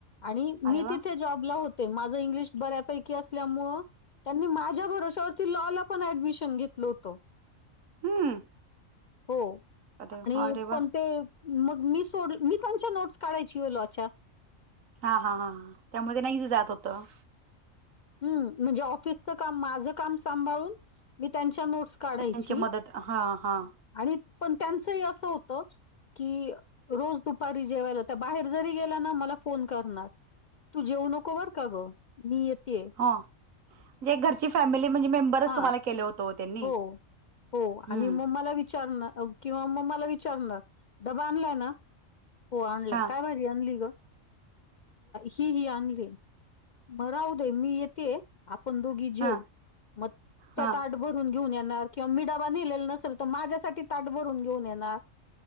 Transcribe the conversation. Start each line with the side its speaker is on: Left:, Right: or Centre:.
Left: आणि मी
Right: अरे वा
Left: तिथे जॉबला होते माझं इंग्लिश बऱ्यापैकी असल्यामुळं त्यांनी माझ्या भरोश्यावरती लॉ ला पण ऍडमिशन घेतलं होत.
Right: हम्म.
Left: हो
Right: अरे
Left: आणि
Right: अरे वा
Left: पण ते मग मी सोड मी त्यांच्या नोट्स काढायची ओ लोच्या.
Right: हा हा हा त्यामुळे ना इझी जात होतं.
Left: हम्म, म्हणजे ऑफिसचं काम माझं काम सांभाळून मी त्यांच्या नोट्स काढायची
Right: त्यांची मदत हा हा
Left: आणि पण त्यांचही असं होत कि रोज दुपारी जेवायला त्या बाहेर जरी गेला ना मला फोन करणार. तू जेऊ नको बर का ग मी येतीये.
Right: आ म्हणजे एक घरची फॅमिली म्हणजे मेंबरच
Left: हा
Right: तुम्हाला केल होत ओ त्यांनी.
Left: हो हो
Right: हम्म
Left: आणि मग मला विचारण किंवा मग मला विचारणार डबा आणलाय ना हो आणलाय
Right: हा
Left: काय भाजी आणली ग ही ही आणली म राहू दे मी येतीये आपण दोघी जेऊ
Right: हा
Left: मग त्या
Right: हा
Left: ताटभर भरून घेऊन येणार किंवा मी डाबा नेलेला नसेल तर माझ्यासाठी ताट भरून घेऊन येणार.